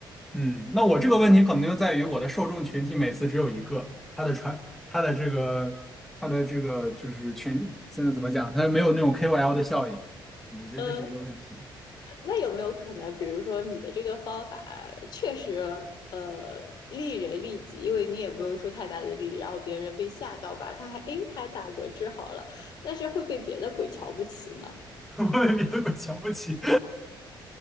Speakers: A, in the centre; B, on the left.
A: 嗯，那我这个问题可能就在于我的受众群体每次只有一个，他的传，他的这个，他的这个就是群，现在怎么讲，他没有那种 KOL 的效应，我觉得这是一个问题。
B: 嗯、那有没有可能，比如说你的这个方法确实呃利人利己，因为你也不用出太大的力，然后别人被吓到吧，他还诶还打嗝治好了，但是会被别的鬼瞧不起呢？
A: <laughs> 我也比这么瞧不起。